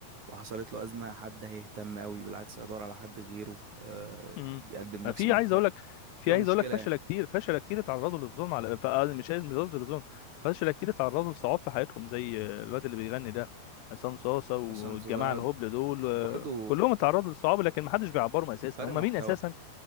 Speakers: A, on the right; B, on the left.
A: وحصلت له ازمه حد هيهتم قوي بالعكس هيدور على حد غيره آه،
B: امم
A: يقدم نفس
B: في
A: المحتوى
B: عايز اقول لك في
A: شو
B: عايز
A: مشكله
B: اقول لك فشله
A: يعني
B: كتير فشله كتير اتعرضوا للظلم على ف- مش مش قصدي للظلم فشله كتير اتعرضوا لصعاب في حياتهم زي الواد اللي بيغني ده عصام صاصه والجماعه
A: عشان مسلسلات
B: الهبل دول آه،
A: برضو
B: كلهم اتعرضوا لصعاب لكن ما حدش بيعبرهم اساسا
A: فرق
B: هم
A: محتوى
B: مين اساسا